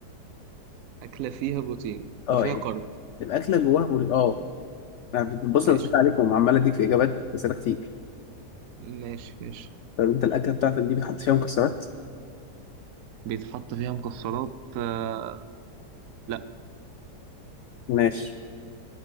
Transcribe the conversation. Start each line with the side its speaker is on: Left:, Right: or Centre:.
Right: أكلة فيها بروتين
Left: اه
Right: وفيها
Left: يعني
Right: كارب
Left: الاكله جواها بروتين اه أنا بص
Right: ماشي
Left: انا بسأل عليكم وعمال اديك في اجابات اسئله كتير
Right: ماشي ماشي
Left: طب انت الاكله بتاعتك دي بتحط فيها مكسرات
Right: بيتحط فيها مكسرات آه لا
Left: ماشي